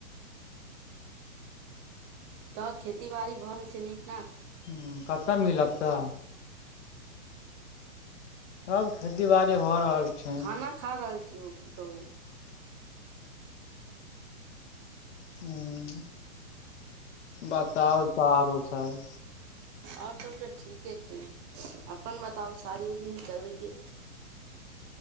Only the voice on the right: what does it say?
त खेती बाड़ी भऽ रहल छै नीक नाक
खाना खा रहल छियौ की कहू
आओर सब तऽ ठीके छै अपन बताउ शादी उदी नहि करबैके।